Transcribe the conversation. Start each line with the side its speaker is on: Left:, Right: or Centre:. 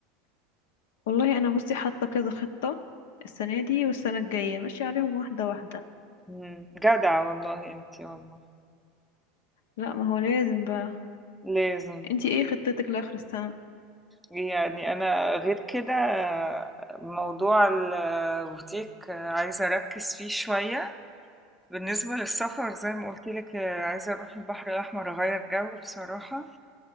Left: والله انا بصي حاطة كذا خطة السنة دي والسنة الجاية ماشية عليهم واحدة واحدة
Centre: مم. جدعة والله انتي والله
Left: لا ما هو لازم بقى
Centre: لازم
Left: انتي ايه خطتك لاخر السنه
Centre: يعني انا غير كده موضوع البوتيك عايزة اركز فيه شوية بالنسبة للسفر زي ما قلت لك عايزة اروح البحر الاحمر اغير جو بصراحة